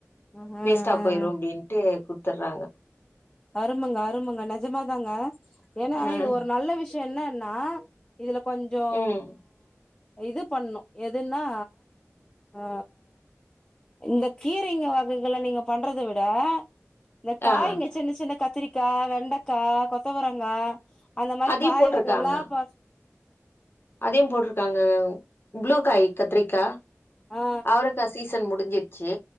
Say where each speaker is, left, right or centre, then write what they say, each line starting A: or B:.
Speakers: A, on the left; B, on the left.
A: ஆ ஆ
B: வேஸ்ட்டா
A: ஆ
B: போயிரு அப்டின்ட்டு குடுத்தர்றாங்க
A: அருமங்க அருமங்க நிஜமாதாங்க ஏன்னா
B: ம்
A: இது ஒரு நல்ல விஷய என்னன்னா இதுல கொஞ்சோ
B: ம்
A: இது பண்ணு எதுன்னா ஆ இந்த கீரைங்க வகைகள நீங்க பண்றத விட இந்த காய்ங்க
B: ஆ
A: சின்ன சின்ன கத்திரிக்கா வெண்டைக்கா கொத்தவரங்கா அந்த மாரி
B: அதையு
A: காய்
B: போட்ருக்காங்க
A: வகைகல்லா பா
B: அதையு போட்டிருக்காங்க ப்ளூ காய் கத்திரிக்கா
A: ஆ
B: அவரக்க சீசன் முடிஞ்சிருச்சு